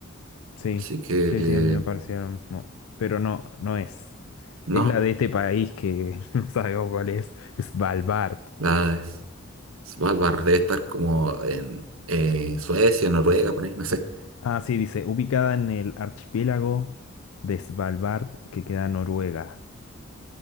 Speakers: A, on the left; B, on the right.
A: Sí,
B: Así que
A: sí,
B: eh,
A: sí, a mí me pareció lo mismo. Pero no, no es.
B: no,
A: Es la de este país que <laughs> no sabemos cuál es. Svalbard.
B: la Svalbard debe estar como en eh, Suecia, Noruega, por ahí, no sé.
A: Ah, sí, dice, ubicada en el archipiélago de Svalbard que queda en Noruega.